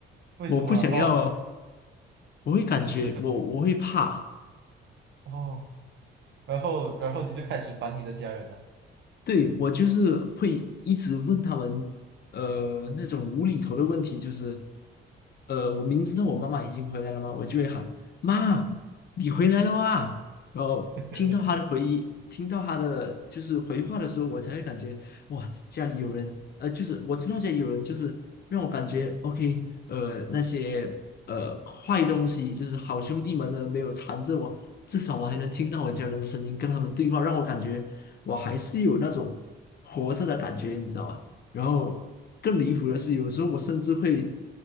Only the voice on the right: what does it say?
为什么？
哦，
就是非哦，然后然后你就开始烦你的家人了。
<laughs>